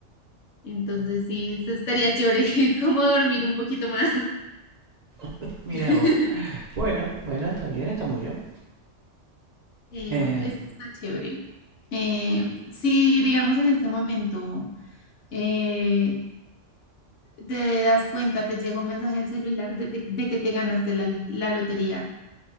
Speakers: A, on the left; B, on the right.
A: Entonces sí, eso estaría chévere, <laughs> como dormir un poquito más.
B: <laughs> Mira
A: <laughs>
B: vos. Bueno, bueno, está bien, está muy bien.
A: Eh,
B: Eh,
A: bueno, eso está chévere. Eh, si digamos en este momento eh, te das cuenta, te llegó un mensaje al celular de, de- de que te ganaste la, lo- la lotería,